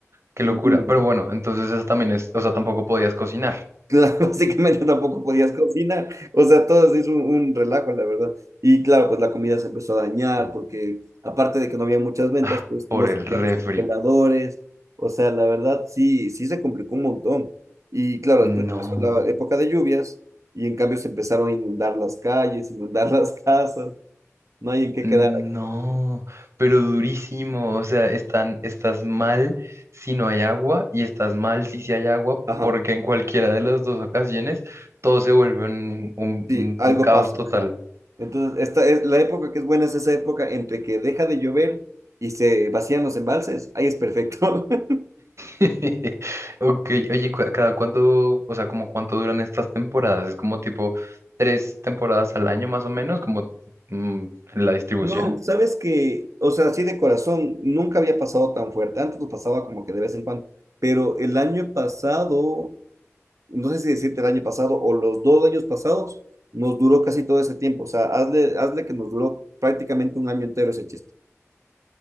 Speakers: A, on the right (about 60°); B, on the right (about 80°).
A: Qué
B: Ujú.
A: locura. Pero bueno, entonces esa también es, o sea, tampoco podías cocinar.
B: Claro, <laughs> básicamente tampoco podías cocinar, o sea, todo se hizo un, un relajo, la verdad. Y claro, pues la comida se empezó a dañar porque aparte de que no había muchas ventas,
A: Ah,
B: pues
A: por
B: no
A: el
B: se
A: refri.
B: tenían los congeladores, o sea, la verdad sí, sí se complicó un montón. Y claro,
A: No,
B: después empezó la época de lluvias y en cambio se empezaron a inundar las calles, <laughs> inundar las casas, no hay en qué
A: no,
B: quedar.
A: pero durísimo. O sea, están, estás mal si no hay agua y estás mal si sí hay agua,
B: Ajá,
A: porque en cualquiera de las dos ocasiones todo se vuelve un un-
B: sí,
A: un-
B: algo
A: un caos
B: pasa.
A: total.
B: ajá. Entonces, esta es la época que es buena es esa época entre que deja de llover y se vacían los embalses, ahí es perfecto. <laughs>
A: <laughs> Ok, oye, ¿cu- ¿cada cuánto, o sea, como cuánto duran estas temporadas? ¿Es como tipo tres temporadas al año más o menos, como mm, la distribución?
B: No, sabes que, o sea, así de corazón, nunca había pasado tan fuerte. Antes nos pasaba como que de vez en cuando, pero el año pasado, no sé si decirte el año pasado o los dos años pasados, nos duró casi todo ese tiempo. O sea, hazle, hazle que nos duró prácticamente un año entero ese chiste.